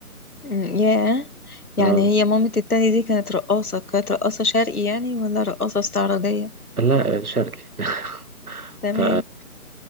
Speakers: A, on the left; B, on the right.
A: أمم، ياه يعني
B: اه
A: هي مامة التاني دي كانت رقاصة كانت رقاصة شرقي يعني ولا رقاصة استعراضية
B: لا آه، شرقي <laughs>
A: تمام
B: ف... <laughs>